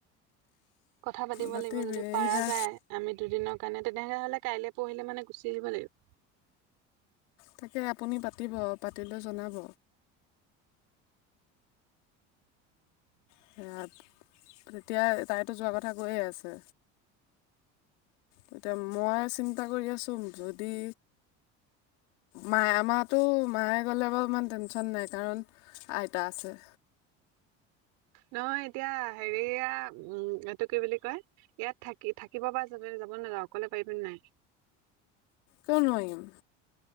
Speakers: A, on the right; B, on the left.
A: কথা পাতিব
B: পাতিবি
A: লাগিব যদি পাৰা
B: এয়া
A: যায় আমি দুদিনৰ কাৰণে তেনেহলে হ'লে কাইলৈ পঢ়িলে মানে গুচি আহিব লাগিব।
B: তাকে আপুনি পাতিব পাতিলে জনাব। সেয়া তেতিয়া তাইতো যোৱা কথা কৈয়ে আছে। তেতিয়া মই চিন্তা কৰি আছোঁ যদি। মাই আমাৰ টো মাইয়ে গ'লে বাৰু ইমান টেনশন নাই কাৰণ। আইতা আছে।
A: নহয় এতিয়া হেৰিয়া উম এইটো কি বুলি কয়। ইয়াত থাকি থাকিব পৰা যাব যাব নযাওঁ অকলে পাৰিবি নে নাই।
B: কিয় নোৱাৰিম।